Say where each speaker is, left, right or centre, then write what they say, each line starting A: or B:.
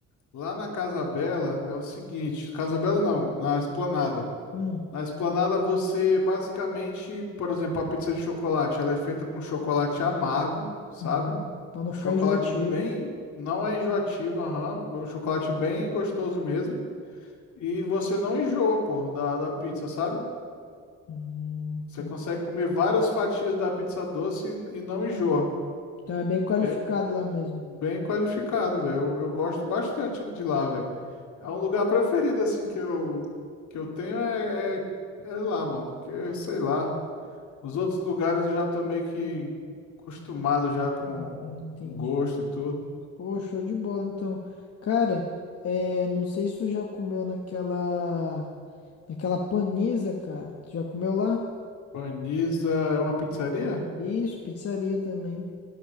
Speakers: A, on the left; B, on the left.
A: lá na Casa Bela é o seguinte: Casa Bela não, na Esplanada.
B: Hum,
A: Na esplanada você basicamente, por exemplo, a pizza de chocolate, ela é feita com chocolate amargo, sabe?
B: aham. Pra não
A: Um chocolate
B: ficar enjoativo.
A: bem, não é enjoativo, aham, é um chocolate bem gostoso mesmo. E você não enjoa, pô, da, da pizza, sabe?
B: Hum,
A: Você
B: tem,
A: consegue comer várias fatias da pizza doce e, e não enjoa.
B: tá bem qualificado
A: É
B: lá mesmo.
A: bem qualificado, velho. Eu, eu gosto bastante de lá, velho. É um lugar preferido, assim, que eu, que eu tenho é, é, é lá, mano. Que, é, sei lá. Os outros lugares eu já tô meio que acostumado já com
B: Hum, entendi.
A: o gosto e tudo.
B: Pô, show de bola, então. Cara, é, não sei se tu já comeu naquela, naquela paniza, cara. Tu já comeu lá?
A: Paniza é uma pizzaria?
B: Isso, pizzaria também.